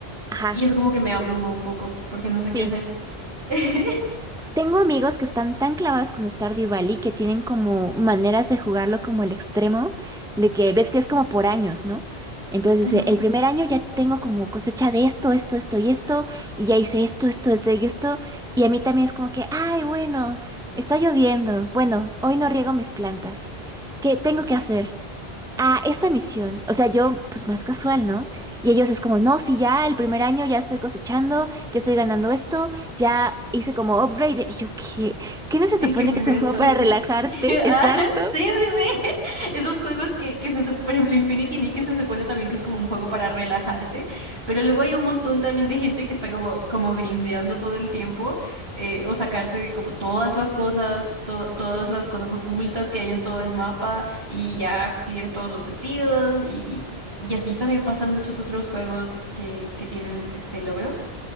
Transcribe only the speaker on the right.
y eso como que me abruma un poco porque no sé qué
hacer. <laughs>
Ajá.
¿En
qué momento?
Sí.
<laughs> Ah,
sí, sí, sí. <laughs> Esos juegos que, que se sup- por ejemplo, Infinity Nick, que se supone también que es como un juego para relajarte, pero luego hay un montón también de gente que está como, como grindeando todo el tiempo, eh, o sacarse como todas las cosas, to- todas las cosas ocultas que hay en todo el mapa, y ya adquirir todos los vestidos, y, y así también pasan muchos otros juegos que, que tienen este logros,